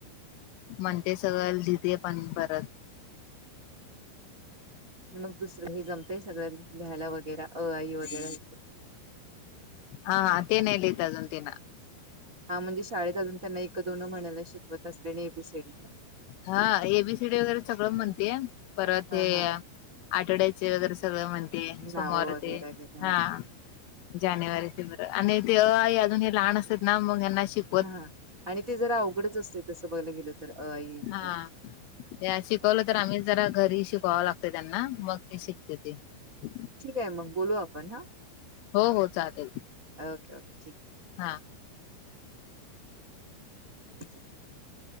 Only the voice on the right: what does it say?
मग दुसरं हे जमतंय सगळ लिहायला, वगैरे अ आई वगैरे.
हा, म्हणजे शाळेत अजून त्यांना एक दोन म्हणायला शिकवत असल्याने ए बी सी डी.
हा
हा.
नावं वगैरे
घेत
हा, आणि ते जरा अवघडच असतयं, तसं बघायला गेलं तर अ आई ते.
ठीक आहे, मग बोलू आपण हा.
Okay okay! ठीके.
<unintelligible>